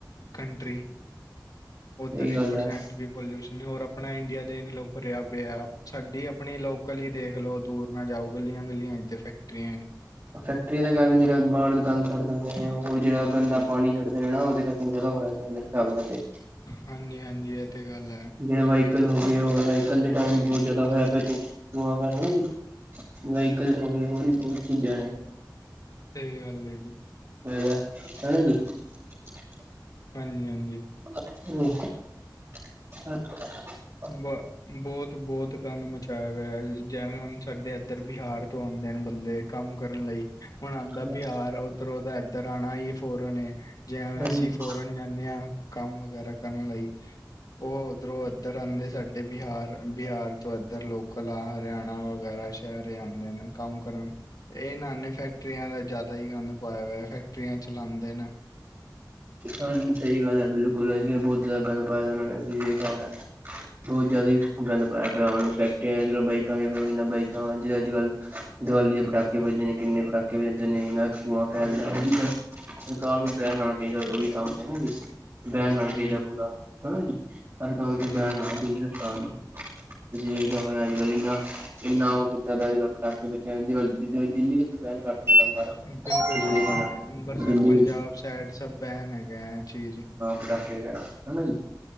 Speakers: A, on the left; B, on the right.
A: ਕੰਟਰੀ, ਉੱਧਰ
B: ਸਹੀ
A: ਇੱਕ
B: ਗੱਲ
A: ਪਰਸੈਂਟ
B: ਹੈ
A: ਵੀ ਪੋਲਿਊਸ਼ਨ ਔਰ ਆਪਣਾ ਇੰਡੀਆ ਦੇਖ ਲੋ ਭਰਿਆ ਪਿਆ ਸਾਡੀ ਆਪਣੀ ਲੋਕਲ ਹੀ ਦੇਖਲੋ ਦੂਰ ਮੈ ਜਾਓ ਗੱਲੀਆਂ ਗੱਲੀਆਂ ਇੱਥੇ ਫੈਕਟਰੀਆਂ ਨ।
B: ਫੈਕਟਰੀਆਂ ਦੇ ਕਾਰਨ ਜਿਹੜਾ ਬਾਹਰ ਗੰਦ ਛੱਡ ਦਿੰਦੇ ਨੇ ਹੋਰ ਜਿਹੜਾ ਗੰਦਾ ਪਾਣੀ ਛਡਦੇ ਨੇ ਨਾ ਉਹਦੇ ਕਰ ਕੇ। ਦਾ ਹੋਇਆ ਜਾਂ ਮਰੇ ਹਿਸਾਬਲਾ ਤੇ <unintelligible>
A: ਹਾਂਜੀ, ਹਾਂਜੀ ਇਹ ਤੇ ਗੱਲ ਹੈ।
B: ਜਿਹੜੇ ਵਹੀਕਲ ਹੋ ਗਏ ਹੋਰ ਵਹੀਕਲ ਦੇ ਕਾਰਨ ਬਹੁਤ ਜ਼ਿਆਦਾ ਹੋਇਆ ਪਿਆ ਧੁ ਧੁੰਆ ਹੋਇਆ ਨਾ ਜੀ। ਵਹੀਕਲ ਹੋ ਗਏ ਹੋਰ ਵੀ ਬਹੁਤ ਚੀਜ਼ਾਂ ਨੇ।
A: ਸਹੀ, ਗੱਲ ਹੈ।
B: ਮ ਜਾ ਹੈਣਾ ਕਿ <unintelligible>
A: ਹਾਂਜੀ, ਹਾਂਜੀ।
B: <inaudible> <inaudible>
A: ਬ ਬਹੁਤ, ਬਹੁਤ ਗੰਦ ਮਚਾਇਆ ਹੋਇਆ ਜਿਵੇਂ ਹੁਣ ਸਾਡੇ ਇੱਧਰ ਬਿਹਾਰ ਤੋਂ ਆਉਂਦੇ ਨੇ ਬੰਦੇ ਕੰਮ ਕਰਨ ਲਈ ਹੁਣ ਆਉਂਦਾ
B: ਹਨਾ ਜੀ
A: ਬਿਹਾਰ ਉੱਧਰੋਂ ਤਾਂ ਰਾਣਾ ਈ ਫੋਰਨ ਏ। ਜਿਵੇ
B: ਹਾਂਜੀ
A: ਅਸੀਂ ਫੋਰਨ ਜਾਂਦੇ ਹਾਂ ਕੰਮ ਵਗੈਰਾ ਕਰਨ ਲਈ ਉਹ ਓਧਰੋਂ ਇ ਧਰ ਆਉਂਦੇ ਸਾਡੇ ਬਿਹਾਰ, ਬਿਹਾਰ ਤੋਂ ਇੱਧਰ ਲੋਕਲ ਆ ਹਰਿਆਣਾ ਵਗੈਰਾ ਸ਼ਹਿਰ ਆਂਦੇ ਨੇ ਕੰਮ ਕਰਨ। ਇਹ ਨ ਨੇ ਫੈਕਟਰੀਆਂ ਦਾ ਜ਼ਿਆਦਾ ਹੀ ਗੰਦ ਪਾਇਆ ਹੋਇਆ ਫੈਕਟਰੀਆਂ ਚਲਾਉਦੇ ਨੇ
B: ਹਾਂਜੀ ਸਹੀ ਗੱਲ ਹੈ ਬਿਲਕੁਲ ਅ ਬਹੁਤ ਜ਼ ਗੰਦ ਪਾਇਆ ਉਹਨਾਂ ਨੇ ਖਣਾ ਬਹੁਤ ਜ਼ਿਆਦਾ ਹੀ ਗੰਦ ਪਾਇਆ ਪਿਆ ਉਹਨਾਂ ਨੂੰ ਫੈਕਟਰੀਆਂ ਅੱਜ ਬਾਈਕਾਂ ਵੇਖੋ ਬਾਈਕਾਂ ਅੱਜ ਕ੍ਹ ਦੀਵਾਲੀ ਦੇ ਪਟਾਕੇ ਵਜਦੇ ਨੇ ਕਿੰਨੇ ਪਟਾਕੇ ਵਜ ਜਾਂਦੇ ਨੇ ਇਹਨਾਂ ਧੂੰਆਂ ਫੈਲਦਾ
A: ਹਾਂਜੀ
B: ਉਹ
A: ਹਾਂਜੀ
B: ਵੀ ਸਰਕਾਰ ਨੂੰ ਬੈਨ ਲਉਣਾ ਚਾਹੀਦਾ ਉਹੀ ਕੰਮ ਤੇ ਹੈ ਜ ਬੈਨ ਲਾਣਾ
A: ਹਾਂਜੀ
B: ਚਾਹੀਦਾ
A: ਹਾਂਜੀ
B: ਪੂਰਾ ਹਨਾ ਜੀ ਹਰ ਕੰਮ
A: ਸਹੀ
B: ਤੇ ਬੈਨ
A: ਗੱਲ
B: ਲਾਉਣਾ
A: ਹੈ
B: ਚਾਹੀਦਾ
A: ਜੀ
B: ਸਰਕਾਰ ਨੂੰ ਤੁਸੀਂ ਹੁਣਾ ਅੱਜ ਕੱਲ ਇੰਨਾ ਇੰਨਾ ਉਹ ਕੀਤਾ ਅੱਜ ਕੱਲ੍ਹ ਪਟਾਕੇੇ ਬਚੇ ਦਿੱਲੀ ਬੈਨ <unintelligible>
A: ਬਿਲਕੁਲ
B: ਖਾਣਾ
A: ਸਹੀ ਗੱਲ ਹੈ ਅੰਬਰਿਤਸਰ
B: ਦਿੱਲੀ
A: ਪੰਜਾਬ
B: ਵਿੱਚ
A: ਸਾਈਡ ਸਭ ਬੈਨ ਹੈਗਾ ਐ ਚੀਜ਼
B: ਪਟਾਕਿਆ ਗਿਆ, ਹਨਾ ਜੀ